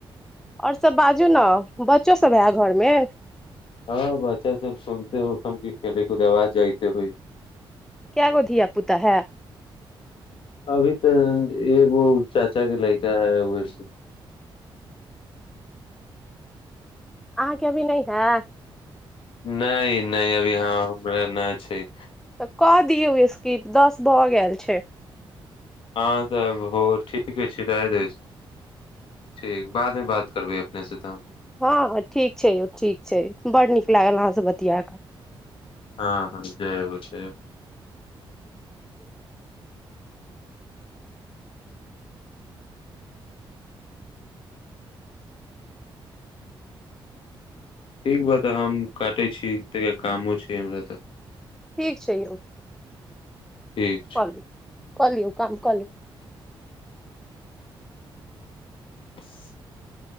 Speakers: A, in the centre; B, on the left.
A: आओर सब बाजू ने ब कच्चो सब है घरमे
B: हँ बच्चा सब सुनते होखम की खेलै कूदे आवाज जाइते होइ
A: काय गो धिया पुता है
B: अभी तऽ एगो चाचा के लड़का है व
A: अहाँके अभी न है
B: नहि नहि अभी याँ हमरा नहि छै
A: तऽ कऽ दियौ स्कीप दस भऽ गेल छै
B: हँ तऽ भ ठीके छै राय द ठीक बादमे बात करबै वैसे तऽ
A: हँ हँ ठीक छै यौ ठीक छै बड़ नीक लागल अहाँसभ बतिया कऽ
B: हँ हँ छै छै
A: ह
B: ठीक बा तऽ हम काटै छी ता कामो छै हमरा तऽ
A: ठीक छै यौ
B: ठीक छै
A: कऽ लू कऽ लियौ काम कऽ लियौ
B: <unintelligible>